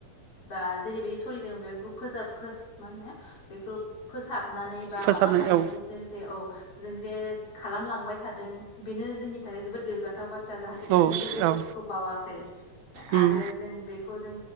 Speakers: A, on the left; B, on the right.
A: बा जेरैबायदि सलिदों बेखौ फोसाब मा होनो बेखौ फोसाब नानै बा
B: फोसाबनाय
A: मा माबा खालामनानै
B: औ
A: जोंसे औ जों जे खालामलांबाय थादों बेनो जोंनि थाखाय जोबोद गोग्गाथाव बाथ्रा। जाहाथे
B: औ
A: जों जे बे
B: औ
A: बुस्थुखौ बावाखै
B: उम
A: आरो जों बेखौ जों